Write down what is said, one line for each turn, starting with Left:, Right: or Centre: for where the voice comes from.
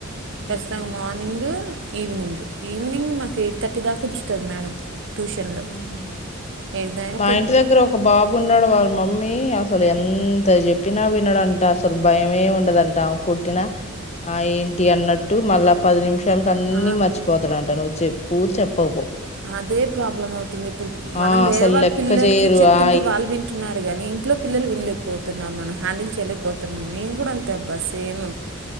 Left: మ్మ్
Right: ఖచ్చితంగా మార్నింగు ఈవినింగ్ ఈవినింగ్ మాకు ఎయిట్ థర్టీ దాకా ఉంచుతది మేడం ట్యూషన్లో
Left: హ్మ్ హు
Right: ఏదైనా
Left: మా ఇంటి దగ్గర ఒక బాబు ఉన్నాడు వాళ్ళ మమ్మీ అసలు ఎంత చెప్పినా వినడంట అసలు భయమే ఉండదంట ఆమె కొట్టినా ఆ ఏంటి అన్నట్టు మళ్ళా పది నిమిషాలు షాలకి అన్ని
Right: కొంచెం
Left: మర్చిపోతాడంట నువ్వు చెప్ పూచప్పపు
Right: అదే ప్రాబ్లం అవుతుంది ఇప్పుడు మనం
Left: ఆ
Right: వేరేళ్ళ
Left: అసలు లెక్క
Right: పిల్లలకి
Left: చేయరు
Right: చెప్తుంటే
Left: ఆ
Right: వాళ్ళు వింటున్నారు <unintelligible> ఇంట్లో పిల్లలు విన్లేకపోతున్నా మనం హ్యాండిల్ చేయలేకపోతున్నాం నేను కూడా అంతే అబ్బా సేమ్